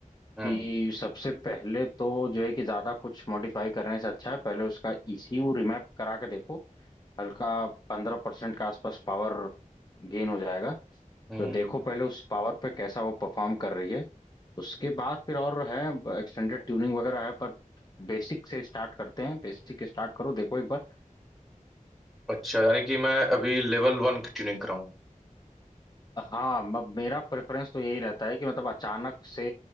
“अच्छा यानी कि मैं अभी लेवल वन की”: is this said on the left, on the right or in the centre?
Centre